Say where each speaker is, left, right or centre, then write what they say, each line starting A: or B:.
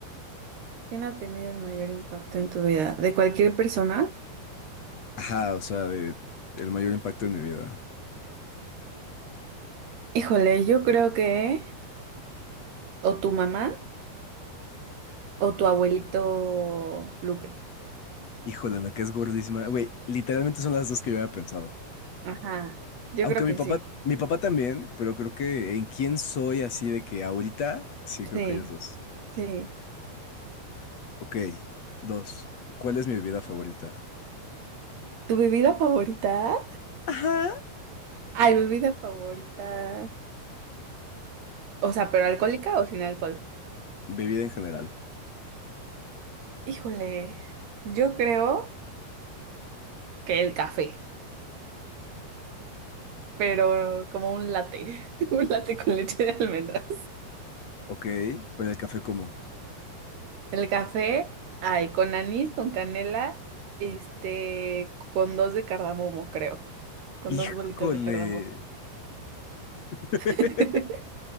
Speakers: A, on the right; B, on the left.
A: ¿Quién ha tenido el mayor impacto en tu vida? ¿De cualquier persona?
B: Ajá, o sea, de el mayor impacto en mi vida.
A: Híjole, yo creo que o tu mamá o tu abuelito Lupe.
B: Híjole, me caes gordísima. Güey, literalmente son las dos que yo había pensado.
A: Ajá, yo
B: Aunque
A: creo
B: mi
A: que
B: papá,
A: sí.
B: mi papá también, pero creo que en quién soy así de que ahorita, sí, creo
A: Sí,
B: que ellos dos.
A: sí.
B: Ok, dos. ¿Cuál es mi bebida favorita?
A: ¿Tu bebida favorita?
B: Ajá.
A: Ay, bebida favorita. O sea, ¿pero alcohólica o sin alcohol?
B: Bebida en general.
A: Híjole, yo creo que el café, pero como un latte, <laughs> un latte con leche de almendras.
B: Ok, pero el café como.
A: El café, ay, con anís, con canela, este, con dos de cardamomo, creo, con
B: Híjole.
A: dos bolitas de cardamomo.
B: <laughs>
A: <laughs>